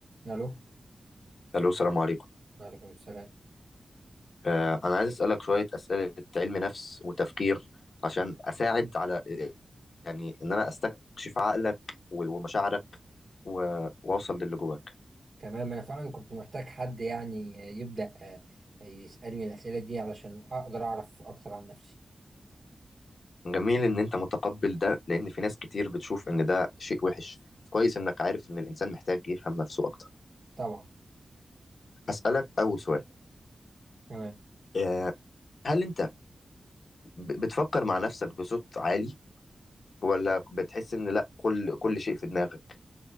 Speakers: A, on the right; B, on the left.
A: الو
B: الو السلام عليكم
A: وعليكم السلام
B: آه، انا عايز اسالك شويه اسئله علم نفس وتفكير عشان اساعد على يعني ان انا استكشف عقلك و- ومشاعرك و- واوصل للي جواك
A: تمام انا فعلا كنت محتاج حد يعني آه، يبدا آه، يسالني الاسئله دي علشان اقدر اعرف اكتر عن نفسي
B: جميل ان انت متقبل ده لان في ناس كتير بتشوف ان ده شيء وحش كويس انك عارف ان الانسان محتاج يفهم نفسه اكتر
A: طبعا
B: هسالك اول سؤال
A: تمام
B: آه، هل انت ب- بتفكر مع نفسك بصوت عالي ولا بتحس ان لا كل كل شيء في دماغك